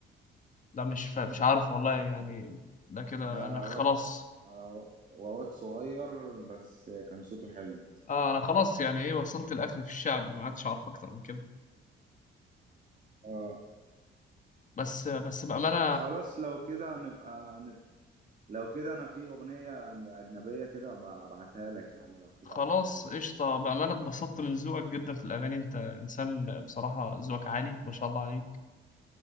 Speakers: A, on the left; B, on the right.
A: لا مش فا... مش عارف والله يعني ده كده
B: ده
A: أنا خلاص
B: واد آه، واد صغير بس كان صوته حلو يعني
A: اه أنا خلاص يعني إيه وصلت الأكل في الشعبي ما عادش أعرف أكتر من كده
B: آه
A: بس بس بأمانة
B: خلاص لو كده نبقى نت... لو كده أنا في أغنية أجنبية كده أبقى أبعتها لك يعني لو كده
A: خلاص
B: أبعتها لك دلوقتي
A: قشطة بأمانة اتبسطت من ذوقك جدا في الأغاني أنت إنسان بصراحة ذوقك عالي ما شاء الله عليك